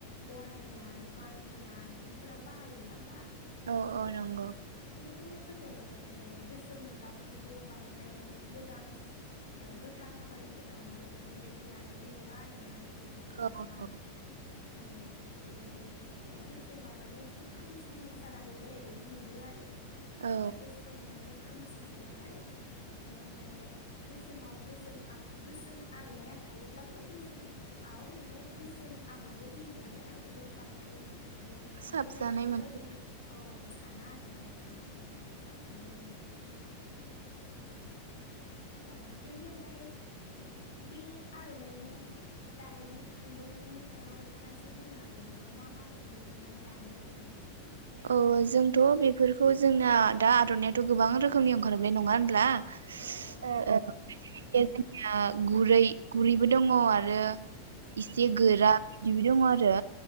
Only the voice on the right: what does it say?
औ औ नंगौ।
औ औ
औ
साबजानाय
मोनो
अ जोंथ बेफोरखौ जोंना दा आरनायाथ गोबां रोखोमनि ओंखारबाय नंङा होनब्ला? <unintelligible>
जोंनिया गुरै गुरैबो दङ आरो
इसे गोरा दिबि दङ आरो